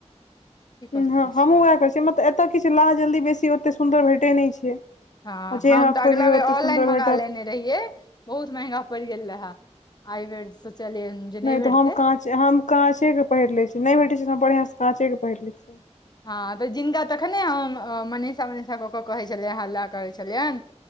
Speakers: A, on the left; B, on the left.
A: सकैत
B: हँ
A: छी
B: हमहूँ उएह कहैत छियै मतलब एतय किछु लाह जल्दी बेसी ओतेक सुन्दर भेटैत नहि छै
A: हँ
B: आ जे
A: हम
B: अहाँ
A: तऽ
B: खोजबै
A: अगला बेर
B: ओतेक
A: ऑनलाइन
B: सुन्दर
A: मंगा
B: भेटत
A: लेने रहियै बहुत महंगा पड़ि गेल रहय आ बेर सोचलियै जे
B: नहि
A: भेटतै
B: तऽ हम काँचे हम काँचेके पहिर लैत छी नहि भेटैत छै तऽ हम बढ़िआँसँ काँचेके पहिर लै छिये
A: हँ त जिनका तखने हम मनीषा मनीषा क क कहै छलियनि हल्ला करै छलियनि